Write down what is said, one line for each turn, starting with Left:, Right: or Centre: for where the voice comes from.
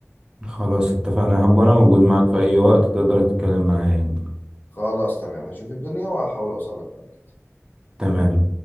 Right: خلاص اتفقنا هبقى انا موجود معاك في اي وقت تقدر تتكلم معايا يعني.
Left: خلاص تمام هشوف الدنيا وهحاول اوصل لك بعد كده
Right: تمام